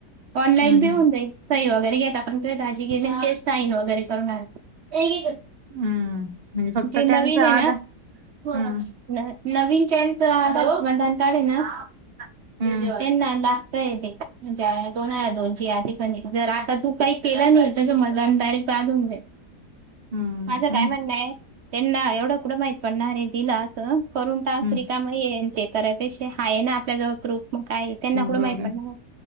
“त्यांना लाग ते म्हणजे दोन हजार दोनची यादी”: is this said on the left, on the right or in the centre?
Right